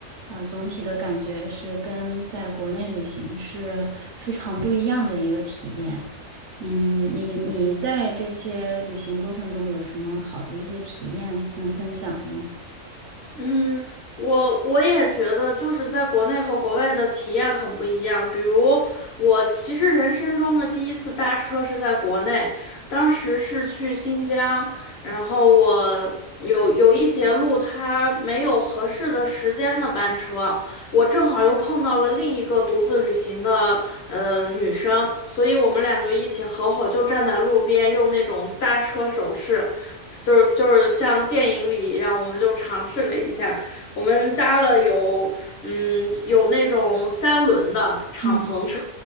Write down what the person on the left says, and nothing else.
嗯，我我也觉得，就是在国内和国外的体验很不一样。比如，我其实人生中的第一次搭车是在国内，当时是去新疆，然后我有有一节路它没有合适的时间的班车，我正好又碰到了另一个独自旅行的呃女生，所以我们俩就一起合伙就站在路边用那种搭车手势。就是就是像电影里一样，我们就尝试了一下，我们搭了有嗯有那种三轮的敞篷车，